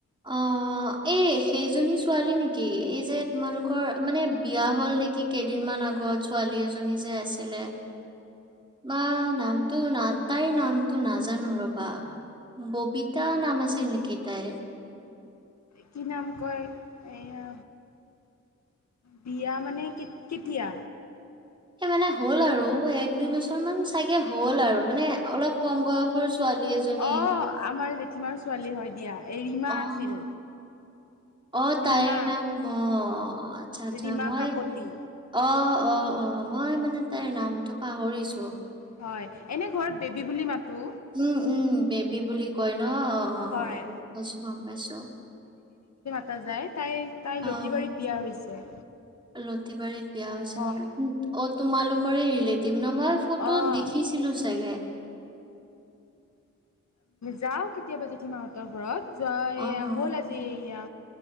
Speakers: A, on the right; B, on the left.
A: অ এই সেইজনী ছোৱালী নেকি এই যে তোমালোকৰ মানে বিয়া হ'ল নেকি কেইদিনমান আগত ছোৱালী এজনী যে আছিলে বা নামটো ন তাইৰ নামটো নাজানো ৰবা ববিতা নাম আছিল নেকি তাইৰ
B: কি নাম কয় এয়া বিয়া মানে কেতিয়া
A: সেই মানে হ'ল আৰু এক দুই বছৰ মান চাগে হ'ল আৰু মানে অলপ কম বয়সৰ ছোৱালী এজনী
B: অঁ আমাৰ ছোৱালী হয় দিয়া ৰিমা
A: অ',
B: আছিল
A: অ তাইৰ
B: ৰীমা
A: নাম অ উ আচ্ছা
B: ৰীমা
A: আচ্ছা মই
B: কাকতি।
A: অ অ অ মই মানে তাইৰ নামটো পাহৰিছো
B: হয় এনে ঘৰত বেবী বুলি মাতো
A: উম, উম, বেবী বুলি কয় অ
B: হয়।
A: গম পাইছো গম পাইছো
B: হোজাইত তাই তাইৰ
A: অ',
B: লতিবাৰীত বিয়া হৈছে
A: লতিবাৰীত বিয়া হৈছে
B: হয়।
A: নেকি অ তোমালোকৰে ৰেলতিভ <unintelligible> মই ফটোত
B: অ',
A: দেখিছিলো চাগে
B: যাও কেতিয়াবা জেঠিমাহতৰ ঘৰত যোৱা
A: অ',
B: এয়া হ'ল আজি এয়া